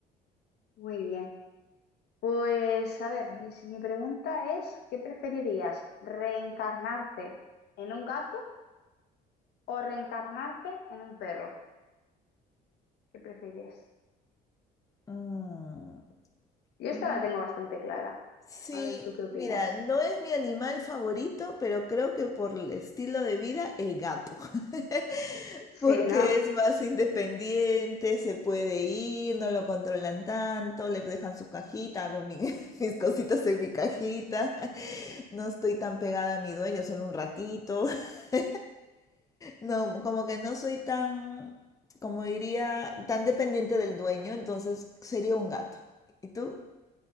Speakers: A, on the left; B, on the left.
A: Muy bien. Pues a ver, mis- mi, pregunta es, ¿qué preferirías? ¿Reencarnarte en un gato o reencarnarte en un perro? ¿Qué prefieres?
B: Mm,
A: Yo esta
B: mm,
A: la tengo bastante clara.
B: Sí,
A: A ver, ¿tú qué opinas?
B: mira, no es mi animal favorito, pero creo que por el estilo de vida, el gato. <laughs>
A: Sí,
B: Porque
A: ¿no? <laughs>
B: es más independiente, se puede ir, no lo controlan tanto, le dejan su cajita, hago mi- <laughs> mis cositas en mi cajita, <laughs> no estoy tan pegada a mi dueño, solo un ratito, <laughs> no, como que no soy tan, como diría, tan dependiente del dueño, entonces sería un gato. ¿Y tú?